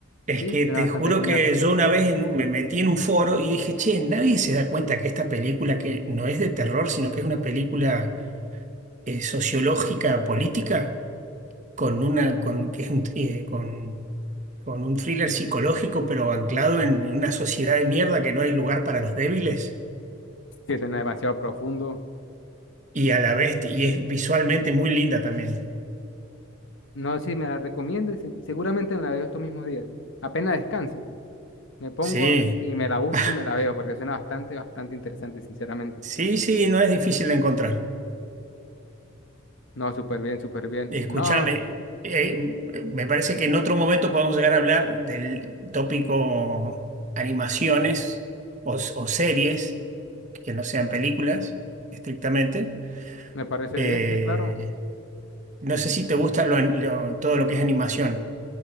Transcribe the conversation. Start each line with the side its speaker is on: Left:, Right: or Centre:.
Right: Es
Left: Sí,
Right: que
Left: suena
Right: te
Left: bastante
Right: juro
Left: genial.
Right: que yo una vez en- me metí en un foro y dije, che, nadie se da cuenta que esta película que no es de terror, sino que es una película eh, sociológica, política, con una, con, que es un, eh, con, con un thriller psicológico, pero anclado en, en una sociedad de mierda que no hay lugar para los débiles.
Left: Sí, suena demasiado profundo.
Right: Y a la vez, y es visualmente muy linda también.
Left: No sé si me la recomiendes, se- seguramente me la veo estos mismos días. Apenas descanse, me pongo
Right: Sí,
Left: y me la busco
Right: <laughs>
Left: y me la veo porque suena bastante, bastante interesante, sinceramente.
Right: sí, sí, no es difícil de encontrar.
Left: No, súper bien, súper bien.
Right: Escúchame,
Left: No,
Right: eh, me parece que en otro momento podemos llegar a hablar del tópico animaciones o, s- o series que no sean películas estrictamente.
Left: me parece
Right: Eh,
Left: bien, sí, claro.
Right: no sé si te gusta lo an- lo- todo lo que es animación.